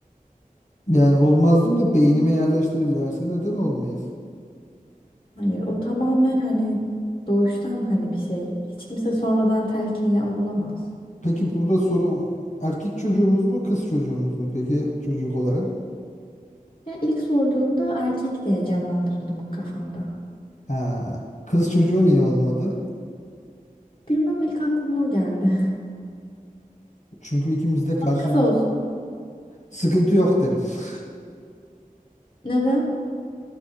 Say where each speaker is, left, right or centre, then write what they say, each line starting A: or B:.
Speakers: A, on the left; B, on the left.
A: Yani olmazdım da beynime yerleştirirlerse neden olmayız?
B: Hayır, o tamamen hani doğuştan hani bir şey. Hiç kimse sonradan telkinle olamaz.
A: Peki burada sorun erkek çocuğumuz mu kız çocuğumuz mu peki çocuk olarak?
B: Ya ilk sorduğumda erkek diye canlandırdım kafamda.
A: Ha, kız çocuğu niye olmadı?
B: Bilmem ilk aklıma o geldi.
A: Çünkü ikimiz de karşı
B: <laughs> Kız olsun.
A: sıkıntı yok derim. <laughs>
B: Neden?